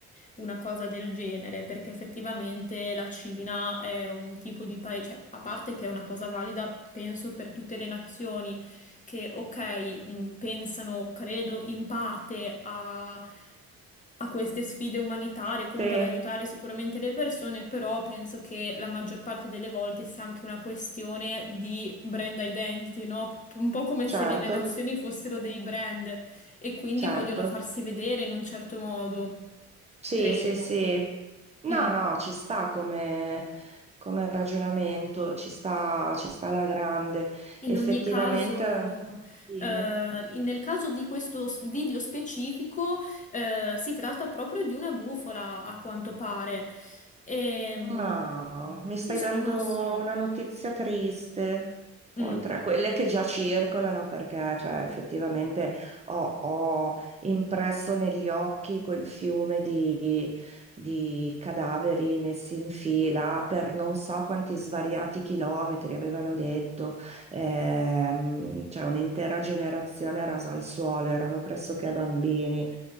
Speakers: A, on the left (about 25°); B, on the right (about 20°).
A: una cosa del genere, perché effettivamente la Cina è un tipo di paese, cioè, a parte che è una cosa valida, penso, per tutte le nazioni, che, ok, mh, pensano, credo, in parte a, a queste sfide umanitarie, comunque
B: sì,
A: ad aiutare sicuramente le persone, però penso che la maggior parte delle volte sia anche una questione di brand identity, no? Un po' come se
B: certo,
A: le le nazioni fossero dei brand e quindi
B: certo.
A: vogliono farsi vedere in un certo modo,
B: Sì,
A: credo.
B: sì, sì. No,
A: Mm.
B: no, ci sta come, come ragionamento, ci sta, ci sta alla grande.
A: In
B: Effettivamente,
A: ogni caso,
B: dimmi.
A: eh, in- nel caso di questo s- video specifico, eh, si tratta proprio di una bufala, a quanto pare. Ehm,
B: No, mi stai
A: ci sono,
B: dando
A: sì.
B: una notizia triste,
A: Mm.
B: oltre a quelle che già circolano, perché cioè, effettivamente ho, ho impresso negli occhi quel fiume di, di cadaveri messi in fila per non so quanti svariati chilometri, avevano detto, Ehm, cioè un'intera generazione rasa al suolo, erano pressoché bambini.